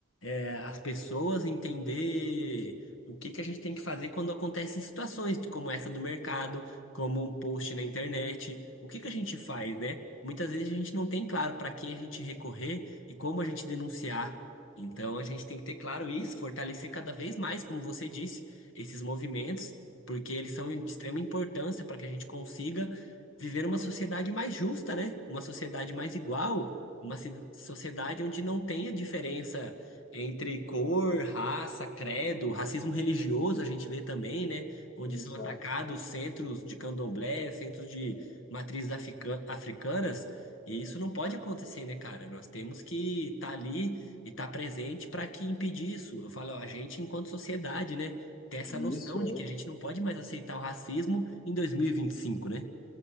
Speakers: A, on the left; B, on the left.
A: é, as pessoas entender o que que a gente tem que fazer quando acontecem situações como essa do mercado, como um post na internet. O que que a gente faz, né? Muitas vezes a gente não tem claro para quem a gente recorrer e como a gente denunciar. Então a gente tem que ter claro isso, fortalecer cada vez mais, como você disse, esses movimentos, porque eles são de extrema importância para que a gente consiga viver uma sociedade mais justa, né? Uma sociedade mais igual, uma ci- sociedade onde não tenha diferença entre cor, raça, credo, racismo religioso a gente vê também, né? Onde
B: Exato.
A: são atacados centros de candomblé, centros de matrizes africa- africanas. E isso não pode acontecer, né, cara? Nós temos que estar ali e estar presente para que impedir isso. Eu falo, ó, a gente, enquanto sociedade, né, ter essa
B: E
A: noção
B: Isso é,
A: de que a gente não pode mais aceitar o racismo em 2025, né?